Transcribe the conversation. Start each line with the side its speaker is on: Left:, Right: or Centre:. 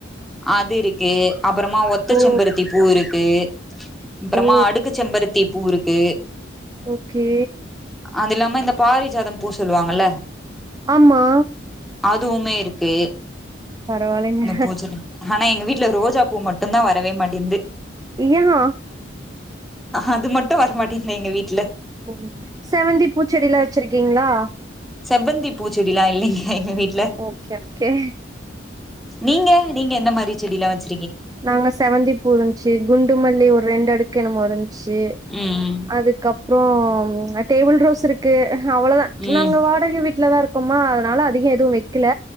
Centre: அது இருக்கு அப்றமா ஒத்த
Right: ஓ!
Centre: செம்பருத்தி பூ இருக் கு அப்றமா
Right: ஓ!
Centre: அடுக்கு செம்பருத் தி பூ இருக்கு
Right: ஓகே
Centre: அது இல்லாம இந்த பாரிஜாத பூ சொல்லுவாங்கல்ல
Right: ஆமா
Centre: அதுவுமே இருக்கு
Right: பரவால்லங்க
Centre: இந்த பூச்செடி ஆனா எங்க வீட்டுல ரோஜா பூ மட்டு தா வரவே மாட்டேங்து
Right: ஏன்?
Centre: அது மட்டு வரமாட்டிங்து எங்க வீட்
Right: ஓ செவந்தி பூச்செடில்லா வச்சிருக்கீங்களா
Centre: செவ்வந்தி பூச்செடிலா இல்லிங்க எங்க வீட்
Right: ஓகே ஓகே
Centre: நீங்க நீங்க என்ன மாரி செடிலா வச்சி
Right: நாங்க செவ்வந்திப்பூ இருந்துச்சு குண்டுமல்லி ஒரு ரெண்டு அடுக் க்கு என்னமோருந் ச்சி
Centre: ம்
Right: அதுக்கப்றோம் அ டேபிள் ரோஸ் இருக்கு அவ்வளதா
Centre: ம்
Right: நாங்க வாடகை வீட்ல தா இருக்கோமா அதனால அதிகம் எதுவு வெக்கல